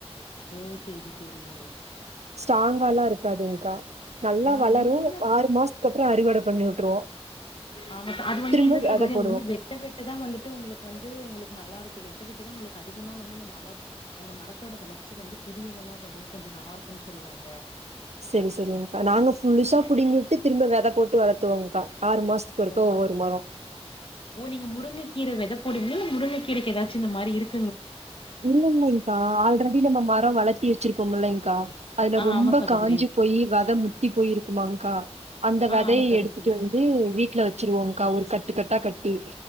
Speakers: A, on the left (about 50°); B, on the right (about 85°).
A: ஓ செரி செரி
B: ஸ்ட்ராங்கால்லா இருக்காதுங்க்கா நல்லா
A: ஆ
B: வளரு
A: இங்கேயுமே அப்
B: ஆறு மாசத்துக்கு அப்புற அறுவடை பண்ணி விட்ருவோ
A: ஆமா சார் அது வந்து
B: திரும்ப
A: இல்ல
B: வெத
A: சகோதரி அது
B: போடுவோ.
A: வந்து வெட்ட வெட் வெட்ட தா வந்துட்டு உங்களுக்கு வந்து உங்களுக்கு நல்லா இருக்கும் வெட்ட வெட்டுதா உங்களுக்கு அதிகமா வந்து இந்த மழை அந்த மரத்தோட வளர்ச்சி வந்து புதியல எல்லா வரு கொஞ்ச நல்லா இருக்குன்னு சொல்லுவாங்க
B: செரி செரிங்க்கா நாங்க புதுசா
A: என்ன
B: புடிங்கிட்டு திரும்ப விதை போட்டு வளர்த்துவோங்க்கா ஆறு மாசத்து க்கு ஒருக்க
A: ஓ
B: ஒவ்வொரு மரோ
A: ஓ நீங்க முருங்கக்கீர வித போடுவீங்களா இல்ல முருங்கை கீரைக்கு எதாச்சு இந்த மாரி இருக்
B: இல்லங்கக்கா ஆல்ரெடி நம்ம மரோ வளர்த்தி வச்சிருப்போம் இல்லங்க்கா அதுல
A: ஆ
B: ரொம்ப
A: ஆமா சகோதரி
B: காஞ்சி போயி வெத முத்தி போயிருக்குமாங்க்கா அந்த
A: ஆ
B: விதைய
A: ஆமா சகோதரி
B: எடுத்துட்டு வந்து வீட்ல வெச்சுருவோக்கா ஒரு கட்டு கட்டா கட்டி